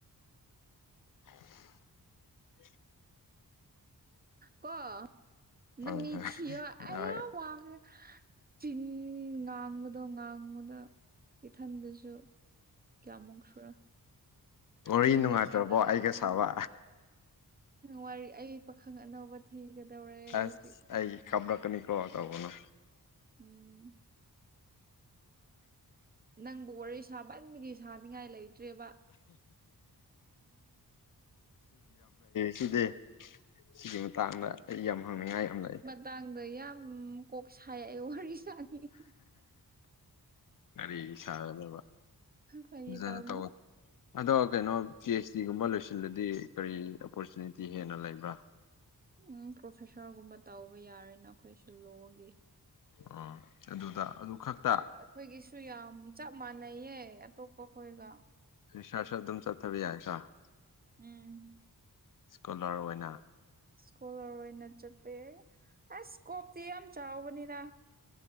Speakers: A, on the left (about 60°); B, on the right (about 25°).
A: <unintelligible>
B: ꯀꯣ ꯅꯪ
A: ꯍꯣꯏ
B: ꯃꯤ ꯊꯤꯌꯣ
A: ꯍꯣꯏ
B: ꯑꯌꯥꯝ ꯋꯥꯈꯔꯦ꯫ ꯆꯤꯟ ꯉꯥꯡꯕꯗꯣ ꯉꯥꯡꯕꯗ ꯏꯊꯟꯗꯁꯨ꯫ ꯀꯌꯥꯃꯨꯁꯨꯨꯔ꯫
A: ꯋꯥꯔꯤ
B: ꯌꯨꯝꯗ
A: ꯅꯨꯡꯉꯥꯏꯇ꯭ꯔꯕꯣ
B: ꯆꯠꯂꯒ
A: ꯑꯩꯒ
B: ꯉꯥꯏꯍꯥꯛꯇ
A: ꯁꯥꯕ
B: ꯋꯥꯔꯤ ꯑꯌꯦꯛ ꯄꯥꯈꯪ ꯑꯅꯧꯕ꯫ ꯊꯤꯒꯗꯧꯔꯦ ꯑꯩ
A: ꯑꯁ
B: ꯍꯧꯖꯤꯛ꯫
A: ꯑꯩ ꯈꯕꯔꯀꯅꯤ ꯀꯣ ꯇꯧꯒꯅꯣ꯫
B: ꯎꯝ꯫ ꯅꯪꯕꯨ ꯋꯥꯔꯤ ꯁꯥꯕꯟꯕꯒꯤ ꯁꯥꯅꯤꯡꯉꯥꯏ ꯂꯩ꯫ ꯇ꯭ꯔꯦꯕ꯫
A: ꯁꯤꯗꯦ ꯁꯤꯒꯤ ꯃꯇꯥꯡꯗ ꯑꯩ ꯌꯥꯝ ꯍꯪꯅꯤꯡꯉꯥꯏ ꯌꯥꯝ ꯂꯥꯏ꯫
B: ꯇꯥꯡꯗ ꯌꯥꯝ ꯀꯣꯛ ꯁꯥꯏ ꯑꯩ ꯋꯔꯤꯁꯥ <unintelligible>
A: ꯀꯔꯤꯒꯤ ꯁꯥꯒꯗꯕ
B: ꯐꯥꯒꯤ
A: ꯐꯖꯅ
B: ꯇꯧꯕꯅꯦ
A: ꯇꯧꯑꯣ꯫ ꯑꯗꯣ ꯀꯩꯅꯣ ꯄꯤ ꯑꯩꯆ ꯗꯤꯒꯨꯝꯕ ꯂꯣꯏꯁꯤꯜꯂꯗꯤ ꯀꯔꯤ ꯑꯣꯄꯣꯔꯆꯨꯅꯤꯇꯤ ꯍꯦꯟꯅ ꯂꯩꯕ꯭ꯔꯥ꯫
B: ꯎꯝ ꯄ꯭ꯔꯣꯐꯦꯁꯥꯔꯒꯨꯝꯕ ꯇꯧꯕ ꯌꯥꯔꯦꯅ ꯑꯩꯈꯣꯏꯁꯨ ꯂꯣꯒꯤ꯫
A: ꯑꯣ ꯑꯗꯨꯗ ꯑꯗꯨ꯫ ꯈꯛꯇ
B: ꯑꯩꯈꯣꯏꯒꯤꯁꯨ ꯌꯥꯝ ꯆꯞ ꯃꯥꯟꯅꯩꯌꯦ ꯑꯇꯣꯞꯄ ꯈꯣꯏꯒ꯫
A: ꯔꯤꯁꯥꯔꯁꯨ ꯑꯗꯨꯝ ꯆꯠꯊꯕ ꯌꯥꯏꯗꯔ꯫
B: ꯎꯝ꯫
A: ꯏꯁ꯭ꯀꯣꯂꯥꯔ ꯑꯣꯏꯅ꯫
B: ꯏꯁꯀꯣꯂꯔ ꯑꯣꯏꯅ ꯆꯠꯄ ꯌꯥꯏ ꯑꯁ ꯏꯁꯀꯣꯞꯇꯤ ꯌꯥꯝ ꯆꯥꯎꯕꯅꯤꯅ